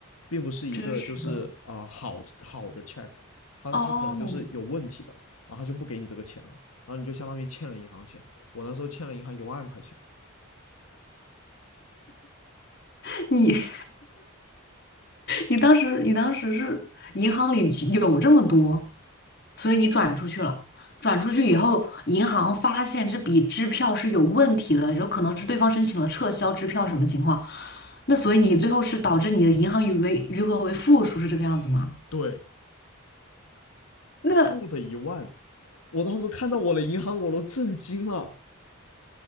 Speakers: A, on the left (about 80°); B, on the left (about 45°).
A: 并不是一个就是啊、
B: 真是的。
A: 好好的 check，他他可能就是有问题的，
B: 哦，
A: 然后他就不给你这个钱了，然后你就相当于欠了银行钱。我那时候欠了银行一万块钱，
B: <laughs> 你 <laughs> 你当时你当时是银行里有这么多，所以你转出去了。转出去以后，银行发现这笔支票是有问题的，有可能是对方申请了撤销支票什么情况？那所以你最后是导致你的银行余为余额为负数，是这个样子吗？
A: 对，
B: 那
A: 负的一万，我当时看到我的银行我都震惊了。